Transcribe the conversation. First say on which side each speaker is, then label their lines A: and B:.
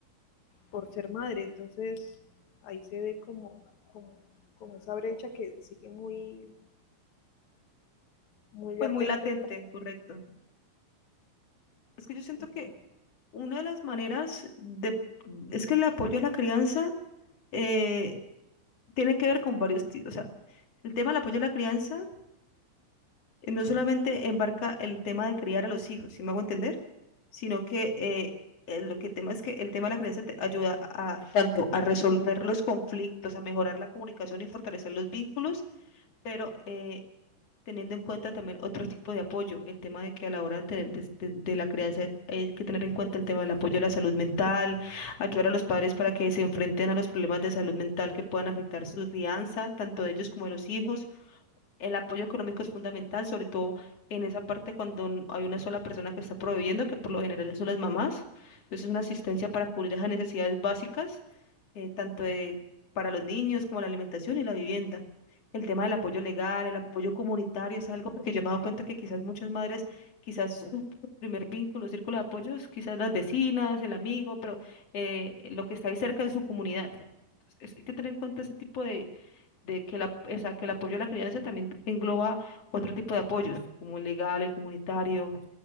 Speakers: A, on the left; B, on the left.
A: por ser madre. Entonces ahí se ve como, como, como esa brecha que sigue muy, muy
B: Pues
A: latente.
B: muy latente, correcto. Es que yo siento
A: Entonces,
B: que Una de las maneras de, es que el apoyo a la crianza eh, tiene que ver con varios tipos. O sea, el tema del apoyo a la crianza eh, no solamente embarca el tema de criar a los hijos, si me hago entender, sino que eh, el- lo que tema es que el tema de la crianza te ayuda a tanto a resolver los conflictos, a mejorar la comunicación y fortalecer los vínculos, pero eh, teniendo en cuenta también otro tipo de apoyo, el tema de que a la hora de, tener, des- de, de la crianza hay que tener en cuenta el tema del apoyo a la salud mental, ayudar a los padres para que se enfrenten a los problemas de salud mental que puedan afectar su crianza, tanto de ellos como de los hijos el apoyo económico es fundamental, sobre todo en esa parte cuando n- hay una sola persona que está proveyendo, que por lo general son las mamás. Entonces, una asistencia para cubrir esas necesidades básicas, eh, tanto de- para los niños como la alimentación y la vivienda. El tema del apoyo legal, el apoyo comunitario es algo porque yo me he dado cuenta que quizás muchas madres, quizás su primer vínculo, círculo de apoyo es quizás las vecinas, el amigo, pero eh, lo que está ahí cerca en su comunidad. Entonces, hay que tener en cuenta ese tipo de de que, la, o sea, que el apoyo a la crianza también engloba otro tipo de apoyos, como el legal, el comunitario,